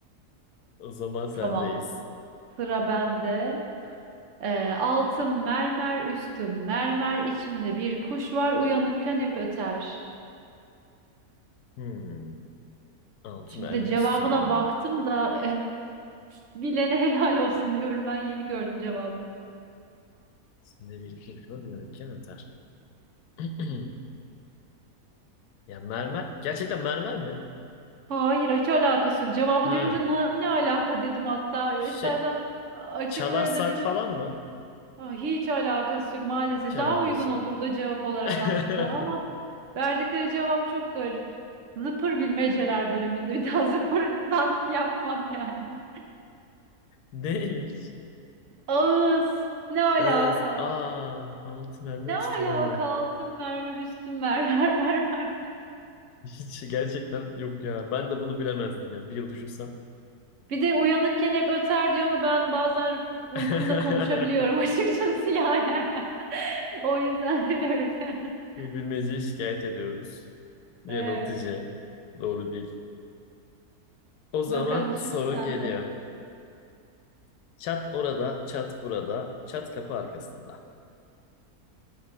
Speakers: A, on the left (about 85°); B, on the right (about 65°).
A: O zaman sendeyiz.
B: Tamam. Sıra bende. Ee, altım mermer üstüm mermer içimde bir kuş var uyanıkken hep öter.
A: Hmm. Altı
B: Şimdi
A: mermer,
B: cevabına
A: üstü mermer.
B: baktım da <laughs> bilene helal olsun diyorum. Ben yeni gördüm cevabını.
A: Üstünde bir kuş var, yanıkken öter. <clears throat> Ya mermer. Gerçekten mermer mi?
B: Hayır hiç alakası yok. Cevabı
A: Ha.
B: görünce ne, ne alaka dedim hatta. İstersen
A: Şey.
B: açıklayabilirim.
A: Çalar saat falan mı?
B: Aa, Hiç alakası yok maalesef.
A: Hiç alakası
B: Daha uygun olurdu
A: yok.
B: cevap olarak
A: <laughs>
B: aslında o ama verdikleri cevap çok garip. Zıpır bilmeceler bölümünde. Bir daha zıpırdan <laughs> yapmam yani.
A: Neymiş?
B: <laughs> Ağız. Ne alaka?
A: Evet. Aa, altı mermer,
B: Ne
A: üstü
B: alaka
A: mermer.
B: altın mermer üstün mermer <laughs> mermer.
A: Hiç gerçekten yok ya. Ben de bunu bilemezdim ya. Bir yıl düşünsem.
B: Bir de uyanıkken hep öter diyor ama ben bazen uykumda
A: <laughs>
B: konuşabiliyorum <laughs> açıkçası yani. <laughs> O yüzden <laughs> evet. <laughs>
A: Bu bilmeceyi şikayet ediyoruz. Yanıltıcı.
B: Evet.
A: Doğru değil. O zaman
B: Bakalım
A: sorun
B: şimdi sende.
A: geliyor. Çat orada, çat burada, çat kapı arkasında.